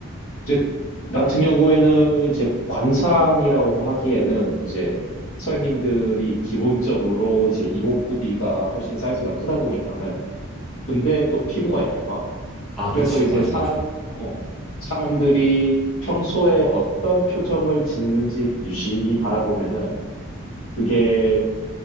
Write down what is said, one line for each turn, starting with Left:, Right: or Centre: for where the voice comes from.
Left: 이제 나 같은 경우에는 이제 관상이라고 하기에는 이제 서양인들이 기본적으로 이제 이목구비가 훨씬 사이즈가 크다 보니까는 근데 또 피부가 얇아.
Centre: 아, 그치.
Left: 그래서 이제
Centre: 맞아,
Left: 사람,
Centre: 맞아.
Left: 어, 사람들이 평소에 어떤 표정을 짓는지 유심히 바라보면은 그게